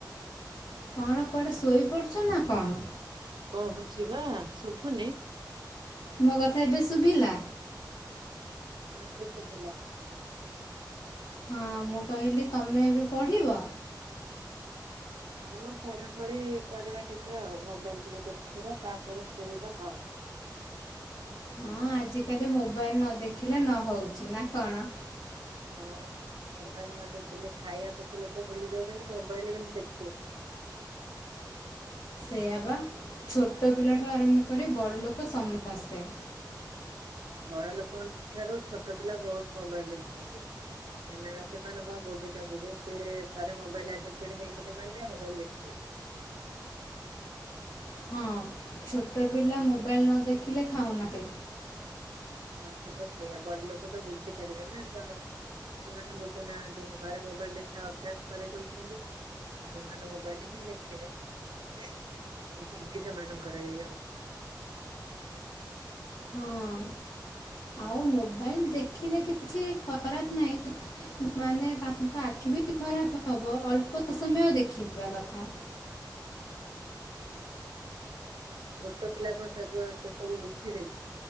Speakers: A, on the left (about 60°); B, on the right (about 80°).
A: କଣ କୁଆଡେ ଶୋଇପଡୁଚ ନା କଣ?
B: କୋହୁଛି ପା ଶୁଭୁନି?
A: ମୋ କଥା ଏବେ ଶୁଭିଲା?
B: ହଁ ଏବେ ଶୁଭିଲା।
A: ହଁ ମୁଁ କହିଲି ତମେ ଏବେ ପଢ଼ିବ?
B: ହଁ ପଢାପଢି କରିବା ଟିକେ ଆଉ ମୋବାଇଲ ଟିକେ ଦେଖିବା ତାପରେ ଶୋଇବା ଆଉ।
A: ହଁ ଆଜିକାଲି ମୋବାଇଲ ନ ଦେଖିଲେ ନହୋଉଚି ନା କଣ?
B: ହଁ ମୋବାଇଲ ନ ଦେଖିଲେ ଖାଇବାକୁ ତ ଲୋକ ଭୁଲି ଯଉଚନ୍ତି ମୋବାଇଲ କିନ୍ତୁ ଦେଖିବେ।
A: ସେଇଆ ପା ଛୋଟ ପିଲାଠୁ ଆରମ୍ଭ କରି ବଡ଼ ଲୋକ ସମସ୍ତେ।
B: ବଡ ଲୋକଙ୍କ ଠାରୁ ଛୋଟ ପିଲା ବୋହୁତ ମୋବାଇଲ ଦେଖୁଛନ୍ତି ଏଇନା ସେମାନେ କଣ ବୁଝୁଛନ୍ତି ଯେ ସିଏ ଥରେ ମୋବାଇଲ ଆଡିକଟେଡ୍ ହେଇଗଲେ ମାନେ ମୋବାଇଲ ଦେଖିବେ।
A: ହଁ ଛୋ ଟ ପିଲା ମୋବାଇଲ ନ ଦେଖିଲେ ଖାଉନାନ୍ତି।
B: କଥା ତ ସେୟା ବଡଲୋକ ତ ବୁଝିପାରିବେ ନା ତ ସେମାନେ ବୁଝୁନାହାନ୍ତି ଘରେ ମୋବାଇଲ ଦେଖିବା ଅଭ୍ୟାସ କରେଇ ଦୋଉଚନ୍ତି ଆଉ ସେମାନେ ମୋବାଇଲରେ ହିଁ ଦେଖିବେ ଏଇ ଯେମତି ସେମାନଙ୍କର ଏଇଆ ହୋଉଚି।
A: ହଁ ଆଉ ମୋବାଇଲ ଦେଖିଲେ କିଛି ଖରାପ ନାହିଁ ମାନେ ତାଙ୍କ ଆଖି ବି ଖରାପ ହବ ଅଳ୍ପ ସମୟ ଦେଖିବା କଥା।
B: ଛୋଟ ପିଲାଙ୍କ <unintelligible> ସେସବୁ ବୁଝିବେ କି।